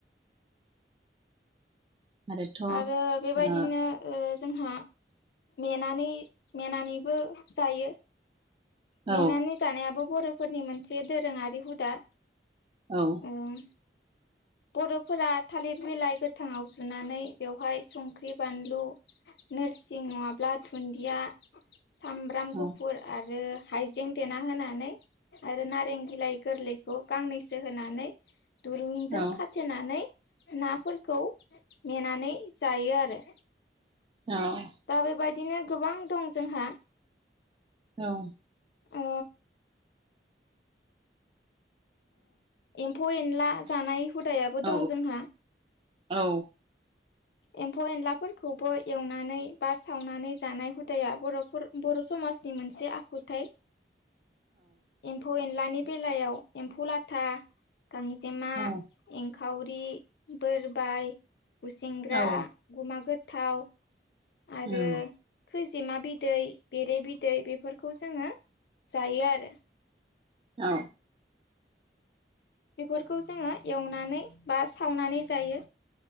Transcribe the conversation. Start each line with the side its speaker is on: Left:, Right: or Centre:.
Right: आरोथ' ओ
Left: आरो बेबायदिनो।
Right: औ
Left: ओ जोंहा मेनानै मेनानैबो जायो।
Right: औ
Left: मेनानै जानायाबो बर'फोरनि मोनसे दोरोङारि हुदा।
Right: औ।
Left: उम। बर'फोरा थालिर बिलाइ गोथाङाव जुनानै बेवहाय संख्रि बानलु। नोरसिं नङाब्ला दुन्दिया सामब्राम
Right: औ
Left: गुफुर आरो। हाइजें देना होनानै आरो नारें बिलाइ गोरलैखौ गांनैसो होनानै। दुरुंजों
Right: औ
Left: खाथेनानै नाफोरखौ नेेनानै जायो आरो।
Right: औ।
Left: दा बेबायदिनो गोबां दं जोंहा।
Right: औ
Left: ओ एम्फौ एनला जानाय हुदायाबो
Right: औ
Left: दं जोंहा।
Right: औ।
Left: एम्फौ एनलाफोरखौबो एवनानै बा सावनानै जानाय हुदाया बर'फोर। बर' समाजनि मोनसे आखुथाइ। एम्फौ एनलानि बेलायाव एम्फौ लाथा गांजेमा।
Right: औ।
Left: एंखावरि बोरबाय गुसेंग्रा
Right: औ
Left: गुमा गोथाव। आरो
Right: उम
Left: खोजिमा बिदै बेरे बिदै बेफोरखौ जोङो जायो आरो।
Right: औ।
Left: बेफोरखौ जोङो एवनानै बा सावनानै जायो